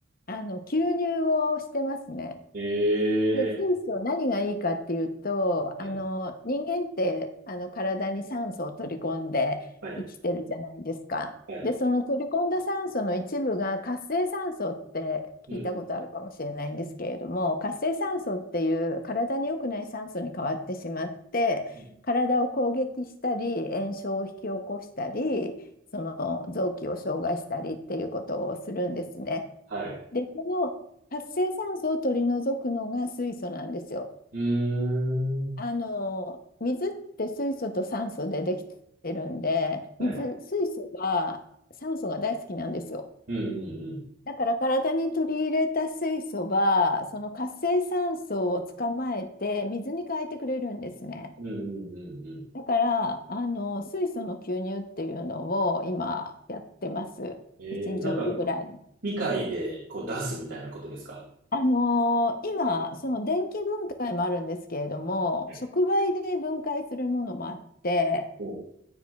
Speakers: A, on the left (about 45°); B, on the right (about 70°).
A: あの、吸入をしてますね。
B: え
A: で、そうそう、何がいいかっていうと、
B: はい。
A: あの、人間って、あの、体に酸素を取り込んで生きてるじゃないですか。
B: はい。はい。
A: で、その取り込んだ酸素の一部が活性酸素って聞いたことあるかもしれないんですけれども、
B: うん。
A: 活性酸素っていう体に良くない酸素に変わってしまって、
B: うん。
A: 体を攻撃したり、炎症を引き起こしたり、その臓器を障害したりっていうことをするんですね。
B: はい。
A: で、その活性酸素を取り除くのが水素なんですよ。
B: うーん。
A: あの、水って水素と酸素でできてるんで、
B: はい。
A: 水、水素は酸素が大好きなんですよ。
B: うんうん
A: だから体に取り入れた水素は、その活性酸素を捕まえて水に変えてくれるんですね。
B: うん。うんうんうんうん。
A: だから、あの、水素の吸入っていうのを今やってます。
B: えー、
A: 1日おきぐらいに。
B: なんか、議会でこう出すみたいなことですか
A: あのー今、その電気分解もあるんですけれども、
B: はい
A: 触媒で分解するものもあって、
B: お、